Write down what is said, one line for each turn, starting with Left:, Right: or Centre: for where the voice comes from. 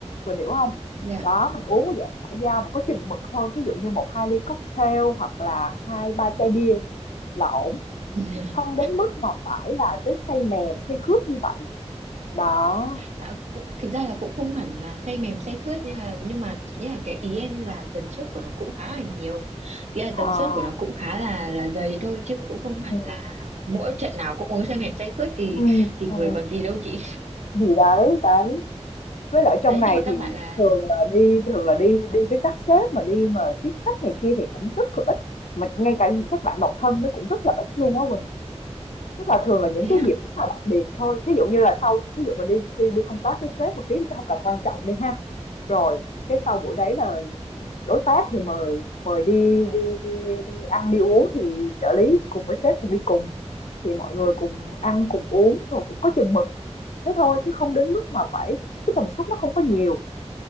Left: mình hiểu không
Right: dạ
Left: đó mình uống cái dạng xã giao mà có chừng mực thôi ví dụ như một hai ly cocktail hoặc là hai ba chai bia là ổn
Right: <laughs>
Left: không đến mức mà phải là tới say mềm say khướt như vậy đó
Right: À, cũng- thực ra là cũng không hẳn là say mềm say khướt nhưng mà nhưng mà ý là cái ý em là tần suất của nó cũng khá là nhiều nghĩa là
Left: à,
Right: tần suất của nó cũng khá là là dày thôi chứ cũng không hẳn
Left: ừ,
Right: là mỗi trận nào cũng uống say mềm say khướt thì
Left: ừ,
Right: thì người
Left: ừ.
Right: còn gì đâu chị
Left: gì đấy đấy
Right: <laughs>
Left: với lại trong
Right: đấy
Left: này
Right: nhưng mà
Left: thì
Right: các bạn là
Left: thường là đi thường là đi đi với các sếp mà đi mà tiếp khách này kia thì cũng rất là ít mình ngay cả những các bạn độc thân nó cũng rất là ít luôn á Quỳnh Tức là thường là những
Right: thế
Left: cái
Right: ạ
Left: dịp rất là đặc biệt thôi, ví dụ như là sau ví dụ mình đi đi đi công tác với sếp mình ký một cái hợp đồng quan trọng đi ha, rồi cái sau buổi đấy là đối tác thì mời mời đi đi đi đi ăn đi uống thì trợ lý cùng với sếp cùng đi cùng thì mọi người cùng ăn cùng uống rồi cũng có chừng mực thế thôi chứ không đến mức mà phải cái tần suất nó không có nhiều